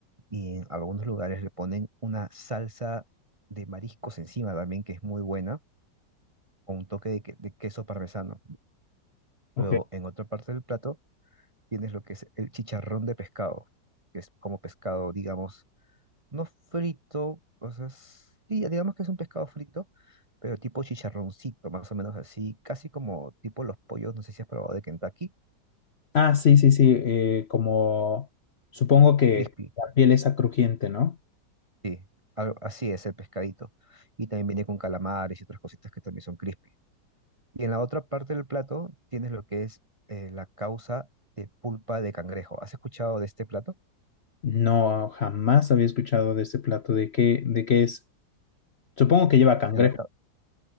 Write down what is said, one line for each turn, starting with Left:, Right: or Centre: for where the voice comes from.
Right: y en algunos lugares le ponen una salsa de mariscos encima también, que es muy buena, o un toque de, que- de queso parmesano.
Left: ok.
Right: Luego, en otra parte del plato, tienes lo que es el chicharrón de pescado, que es como pescado, digamos, no frito, o sea, sí, digamos que es un pescado frito, pero tipo chicharroncito, más o menos así, casi como tipo los pollos, no sé si has probado de Kentucky,
Left: Ah, sí, sí, sí, eh, como supongo que
Right: crispy,
Left: la piel es crujiente, ¿no?
Right: sí, algo- así es el pescadito. Y también viene con calamares y otras cositas que también son crispy. Y en la otra parte del plato tienes lo que es eh, la causa de pulpa de cangrejo. ¿Has escuchado de este plato?
Left: No, jamás había escuchado de este plato. ¿De qué, de qué es? Supongo que lleva cangrejo.
Right: la cau-